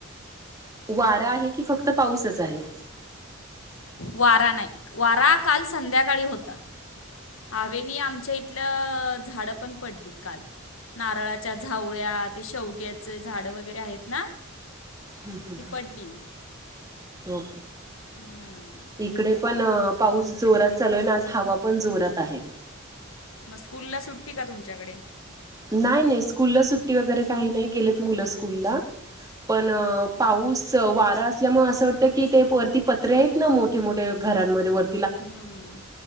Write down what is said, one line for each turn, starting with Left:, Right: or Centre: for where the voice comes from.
Right: वारा आहे की फक्त पाऊसच आहे.
Left: वारा नाही, वारा काल संध्याकाळी होता. हवेनी आमच्या इथलं झाडं पण पडलीत काल. नारळाच्या झावळ्या ते शेवग्यांचे झाडं वगैरे आहेत ना
Right: हम हं
Left: ती
Right: हं.
Left: पडली
Right: <unintelligible>
Left: हम्म.
Right: तिकडेच. पण पाऊस जोरात चालू आहे ना आज हवा पण जोरात आहे.
Left: मग स्कूल ला सुट्टी का तुमच्याकडे?
Right: नाही नाही स्कूल ला सुट्टी वगैरे काही नाही गेलेत मुलं स्कूलला. पण पाऊस वारा असल्यामुळे असं वाटतंय कि ते वरती पत्रे आहेत ना मोठे मोठे घरांमध्ये वर
Left: हम्म